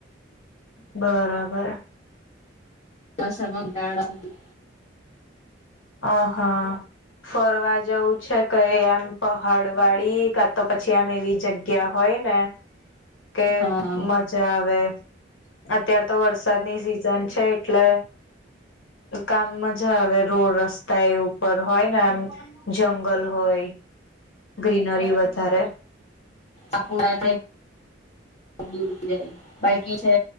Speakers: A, on the left; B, on the left.
A: બરાબર
B: બસ મગ ડાળ <unintelligible>
A: હ હા <unintelligible> ફરવા જવું છે કઈ આમ પહાડ વાળી કા તો પછી આમ એવી જગ્યા હોય ને કે
B: હા
A: મજા આવે અત્યાર તો વરસાદની સિ છે એટલે કામ મજા આવે રોડ રસ્તા રસ્તા ઉપર હોય ને આમ જંગલ હોય. ગ્રીનરી વધારે
B: આપુડા દૂર જાય બાકી છે.